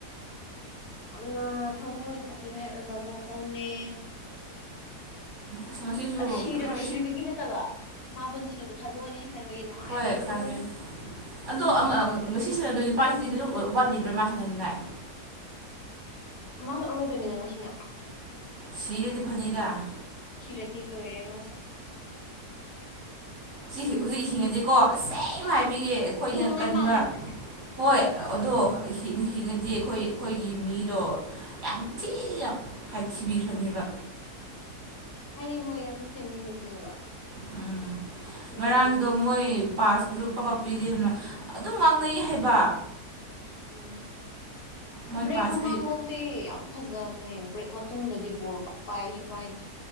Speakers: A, on the left; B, on the right.
A: ꯌꯥꯝꯅ ꯊꯃꯣꯏ ꯄꯣꯛꯅꯤꯡꯉꯥꯏ ꯑꯣꯏꯕ ꯃꯑꯣꯡꯅꯦ
B: ꯑꯁ ꯉꯁꯤꯁꯨ
A: ꯑ ꯁꯤꯕꯒꯤ
B: ꯅꯣꯏ
A: ꯅꯠꯇꯕ ꯃꯥꯄꯟꯁꯤꯇꯕꯨ ꯊꯥꯗꯣꯛꯑꯅꯤ ꯍꯥꯏꯕꯒꯤ ꯅꯨꯡꯉꯥꯏꯇꯕꯗꯣ
B: ꯍꯣꯏ ꯈꯪꯒꯦ ꯑꯗꯣ ꯉꯁꯤꯁꯤꯗ ꯑꯗꯨ ꯄꯥꯏꯁꯤꯗꯤ ꯂ ꯋꯥꯠꯂꯤꯕ꯭ꯔꯥ ꯃꯥ ꯁꯥꯟꯅꯅꯤꯡꯉꯥꯏ
A: ꯃꯥꯁꯨ ꯑꯔꯣꯏꯕꯅꯤꯅ ꯉꯁꯤꯅ
B: ꯁꯤꯔꯗꯤ ꯐꯅꯤꯗ
A: ꯁꯤꯔꯗꯤ ꯂꯣꯍꯤꯔꯦ ꯃꯥ ꯎꯝ
B: ꯁꯤ ꯍꯧꯖꯤꯛ ꯍꯤꯡꯉꯗꯤꯀꯣ ꯑꯁꯦꯡꯕ ꯍꯥꯏꯕꯤꯒꯦ ꯑꯩꯈꯣꯏꯅ
A: ꯍꯤꯡꯅꯤꯡꯉꯥꯏ
B: ꯀꯟꯕ
A: ꯃꯥꯜꯂꯦ
B: ꯍꯣꯏ ꯑꯗꯣ ꯍꯤꯡꯉꯗꯤ ꯑꯩꯈꯣꯏ ꯑꯩꯈꯣꯏꯒꯤ ꯃꯤꯗꯣ ꯌꯥꯝ ꯊꯤꯅ ꯊꯤꯟꯕꯤꯈ꯭ꯔꯅꯦꯕ
A: ꯍꯩꯌꯦ ꯃꯣꯏ ꯌꯥꯝ ꯇꯤꯝ ꯂꯤꯡꯉꯦꯕ
B: ꯎꯝ
A: ꯑꯗꯨꯒ
B: ꯉꯔꯥꯡꯒꯤꯗꯣ
A: ꯂꯤꯡ
B: ꯃꯣꯏ ꯄꯥꯁ ꯂꯨꯞ ꯄꯥꯛ ꯄꯥꯛ ꯄꯤꯗꯦꯗꯅ ꯑꯗꯨꯝ ꯉꯥꯡꯅꯩ ꯍꯥꯏꯕ
A: ꯎꯝ
B: ꯃꯣꯏ
A: ꯕ꯭ꯔꯦꯛ
B: ꯄꯥꯁ
A: ꯃꯃꯥꯡꯐꯥꯎꯗꯤ
B: ꯄꯤ
A: ꯌꯥꯝ ꯐꯖꯕꯅꯦ ꯕ꯭ꯔꯦꯛ ꯃꯇꯨꯡꯗꯗꯤ ꯕꯣꯜ ꯄꯥꯛ ꯄꯥꯏꯁꯨ ꯄꯥꯏꯗꯦ